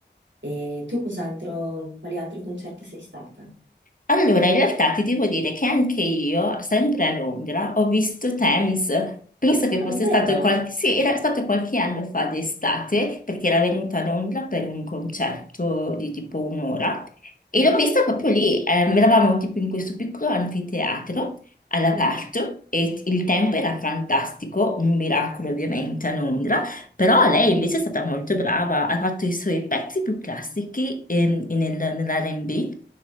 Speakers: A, on the right; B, on the left.
A: E tu cos'altro, quali altri concerti sei stata?
B: Allora, in realtà ti devo dire che anche io, sempre a Londra, ho visto Thames. Penso che
A: Ah,
B: fosse
A: davvero?
B: stato qualche, sì, era stato qualche anno fa d'estate, perché era venuta a Londra per un concerto di tipo un'ora. E
A: Mhm,
B: l'ho vista proprio lì, ehm, eravamo tipo in questo piccolo anfiteatro all'aperto
A: mhm,
B: e t- il tempo era fantastico, un miracolo ovviamente a Londra, però lei invece è stata molto brava, ha fatto i suoi pezzi più classici ehm, nel, nell'R&B,